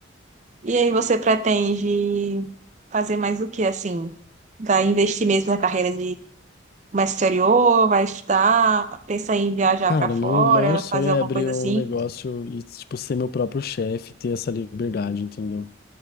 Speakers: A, on the right; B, on the left.
A: E aí, você pretende fazer mais o que, assim? Vai investir mesmo na carreira de comércio exterior? Vai estudar? Pensa em viajar
B: Cara,
A: para fora?
B: meu maior sonho
A: Fazer
B: é
A: alguma
B: abrir
A: coisa assim?
B: um negócio e, tipo, ser meu próprio chefe, ter essa liberdade, entendeu?